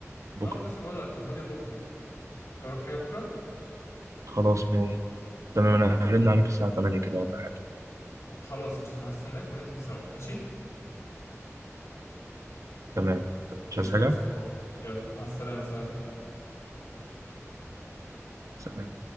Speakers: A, on the right; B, on the left.
A: بكرة
B: اه لسه بقول لك فاضي بكره انت وراك حاجه بكره؟
A: خلاص م... تمام أنا هرن عليك الساعة 8 كده ولا حاجة
B: خلاص قشطه انا هستناك وننزل سوا ماشي؟
A: تمام مش
B: قشطه
A: عايز حاجة؟
B: يا أستاذ. يلا مع السلامه سلامتك
A: سلام.